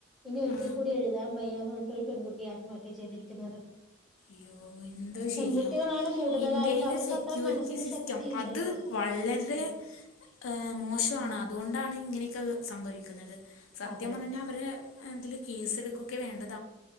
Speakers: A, in the centre; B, on the left.
A: ഇനി ഒരിക്കൽ
B: ആ
A: കൂടി എഴുതാൻ വയ്യാന്ന് പറഞ്ഞിട്ട് ഒരു പെൺകുട്ടി ആത്മഹത്യ ചെയ്തിരിക്കുന്നത്
B: യ്യോ എന്തോ ചെയ്യാം
A: പെൺകുട്ടികളാണ് കൂടുതലായിട്ട്
B: ഇന്ത്യയിലെ
A: അവർക്ക്
B: സെക്യൂരിറ്റി
A: അത്ര മനസ്സിന്
B: സിസ്റ്റം
A: ശക്തിയില്ലല്ലോ
B: അത് വളരെ
A: അതെ
B: ഏഹ് മോശാണ്
A: ഉം
B: അതുകൊണ്ടാണ് ഇങ്ങനെ ഇതോക്കെ സംഭവിക്കുന്നത് സത്യം
A: അതെ
B: പറഞ്ഞാ
A: അതെ
B: അവരെ എഹ് ഇതില് കേസെടുക്കൊക്കെയാ വേണ്ടത്